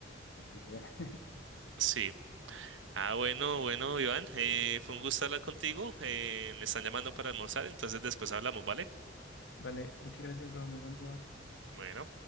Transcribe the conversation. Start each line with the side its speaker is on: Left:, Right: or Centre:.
Left: <laughs>
Right: Sí. Ah, bueno, bueno, Iván, eh, fue un gusto hablar contigo, eh, me están llamando para almorzar, entonces después hablamos, ¿vale?
Left: Vale, muchas gracias, bro, nos vemos.
Right: Bueno.